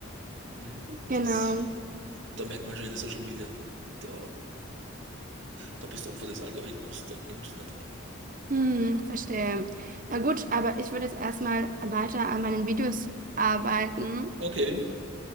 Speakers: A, on the right; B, on the right.
A: Mhm,
B: Genau.
A: das, da merkt man schon in den Social Media, da, da bist du Opfer des Algorithmus, da kommst du nicht rein.
B: Hm, verstehe. Na gut, aber ich würde jetzt erstmal weiter an meinen Videos arbeiten.
A: Okay.